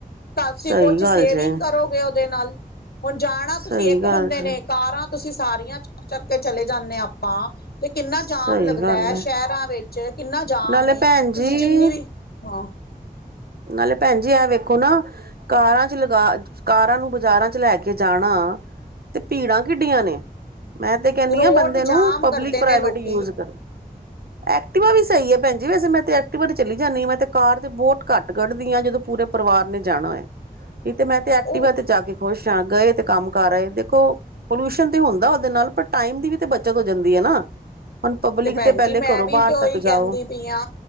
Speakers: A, on the left (about 80°); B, on the right (about 80°).
A: ਤਾਂਸੀਂ
B: ਸਹੀ
A: ਕੁਛ
B: ਗੱਲ
A: ਸੇਵਿੰਗ
B: ਜੇ
A: ਕਰੋਗੇ ਉਹਦੇ ਨਾਲ ਹੁਣ ਜਾਣਾ
B: ਸਹੀ
A: ਤੁਸੀਂ ਇੱਕ
B: ਗੱਲ
A: ਬੰਦੇ
B: ਜੀ
A: ਨੇ ਕਾਰਾਂ ਤੁਸੀਂ ਸਾਰੀਆਂ ਚ ਚੱਕ-ਚੱਕ ਕੇ ਚਲੇ ਜਾਂਨੇ ਆਪਾਂ ਤੇ ਕਿੰਨਾ
B: ਸਹੀ
A: ਜਾਮ ਲੱਗਦਾ
B: ਗੱਲ
A: ਹੈ ਸ਼ਹਿਰਾਂ 'ਚ ਕਿੰਨਾਂ
B: ਨਾਲੇ
A: ਏ,
B: ਭੈਣ ਜੀ
A: ਤੁਸੀਂ ਜਿੰਨੀ ਵੀ ਹਾਂ।
B: ਨਾਲੇ ਭੈਣ ਜੀ ਐ ਵੇਖੋ ਨਾਂ ਕਾਰਾਂ'ਚ ਲਗਾ ਕਾਰਾਂ ਨੂੰ ਬਾਜ਼ਾਰਾਂ'ਚ ਲੈ ਕੇ ਜਾਣਾ ਤੇ ਭੀੜਾਂ ਕਿੱਡੀਆਂ ਨੇ। ਮੈਂ ਤੇ ਕਹਿੰਨੀ
A: ਰੋਡ
B: ਹਾਂ ਬੰਦੇ
A: ਜਾਮ
B: ਨੂੰ ਪਬਲਿਕ
A: ਕਰਦੇ
B: ਪ੍ਰਾਈਵੇਟ
A: ਨੇ ਲੋਕੀ
B: ਯੂਜ ਕਰਨ, ਐਕਟਵਾ ਵੀ ਸਹੀ ਹੈ ਭੈਣ ਜੀ ਵੈਸੇ ਮੈਂ ਤੇ ਐਕਟੀਵਟ ਚਲੀ ਜਾਂਨੀ ਹਾਂ। ਮੈਂ ਤੇ ਕਾਰ ਤੇ ਬਹੁਤ ਘੱਟ ਕੱਢਦੀ ਹਾਂ। ਜਦੋਂ ਪੂਰੇ ਪਰਵਾਰ ਨੇ ਜਾਣਾ ਹੋਏ। ਨਹੀਂ ਤੇ ਮੈਂ ਤੇ ਐਕਟਿਵਾ
A: ਉਹ
B: ਤੇ ਜਾ ਕੇ ਖੁਸ਼ ਹਾਂ ਗਏ ਤੇ ਕੰਮ ਕਰ ਆਏ ਦੇਖੋ ਪੋਲਿਊਸ਼ਨ ਤੇ ਹੁੰਦਾ ਉਹਦੇ ਨਾਲ ਪਰ ਟਾਈਮ ਦੀ ਵੀ ਤੇ ਬੱਚਤ ਹੋ ਜਾਂਦੀ ਹੈ ਨਾਂ। ਹੁਣ ਪਬਲਿਕ
A: ਭੈਣ
B: ਤੇ ਪਹਿਲੇ
A: ਜੀ ਮੈਂ
B: ਘਰੋਂ
A: ਵੀ
B: ਬਾਹਰ
A: ਤੇ ਉਹੀ
B: ਤੱਕ
A: ਕਹਿੰਦੀ
B: ਜਾਓ
A: ਪਈ ਆ